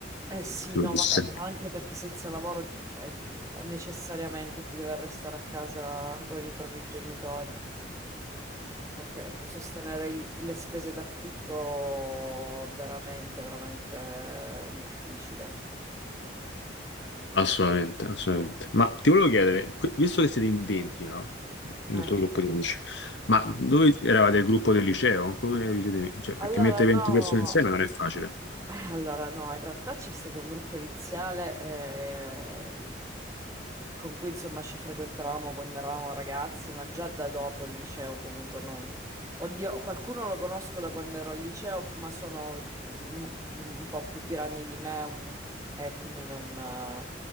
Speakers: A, on the right; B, on the left.
A: Eh sì,
B: sicuramente.
A: no, vabbè, ma anche perché senza lavoro, cioè, è necessariamente si deve restare a casa con i propri genitori, perché sostenere gli- le spese d'affitto è veramente, veramente difficile.
B: Assolutamente, assolutamente. Ma ti volevo chiedere, que- visto che siete in 20, no? Nel
A: Eh
B: tuo gruppo
A: sì.
B: di amici, ma
A: sì.
B: dove eravate il gruppo del liceo? Come vi siete- cioè, perché
A: Allora,
B: mettere 20
A: no.
B: persone insieme non è facile.
A: Eh, allora no, in realtà c'è stato un gruppo iniziale ehm, con cui insomma ci frequentavamo quando eravamo ragazzi, ma già da dopo il liceo comunque non... Oddio, qualcuno lo conosco da quando ero al liceo, ma sono mm, un un po' più grandi di me un- e quindi non... eh,